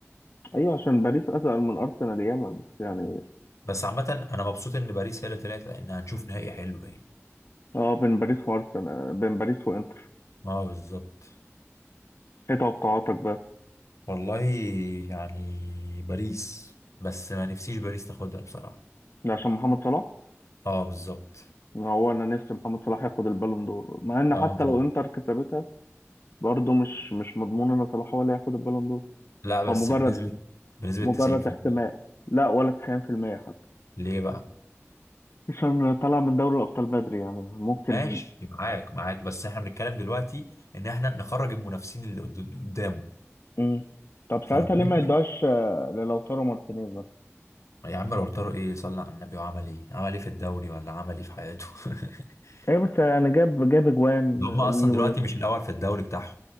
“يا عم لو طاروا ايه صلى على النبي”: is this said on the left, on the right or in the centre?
Left